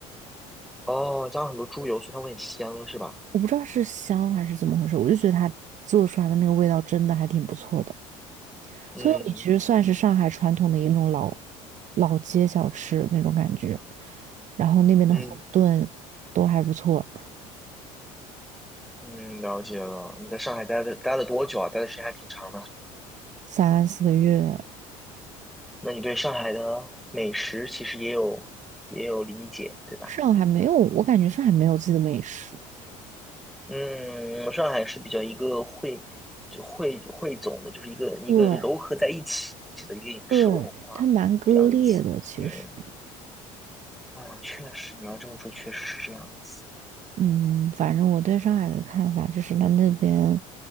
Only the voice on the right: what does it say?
我不知道是香还是怎么回事，我就觉得它做出来的那个味道真的还挺不错的。
葱油饼其实算是上海传统的一种老老街小吃那种感觉，然后那边的馄饨都还不错。
三四个月，
上海没有，我感觉上海没有自己的美食。
对，对，它蛮割裂的，
其实，
嗯，反正我对上海的看法就是，它那边，